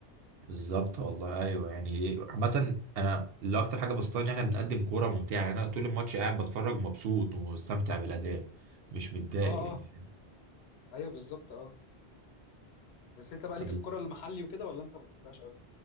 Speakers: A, on the right (about 65°); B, on the left (about 70°).
A: بالظبط والله ايوه يعني عامه انا اللي اكتر حاجه بسطاني ان احنا بنقدم كوره ممتعه يعني انا طول الماتش قاعد بتفرج مبسوط ومستمتع بالاداء مش متضايق
B: اه
A: يعني
B: اه
A: فاهم
B: ايوه بالظبط اه بس انت بقى
A: ف-
B: ليك في الكرة المحلي وكده ولا انت ما بتحبهاش قوي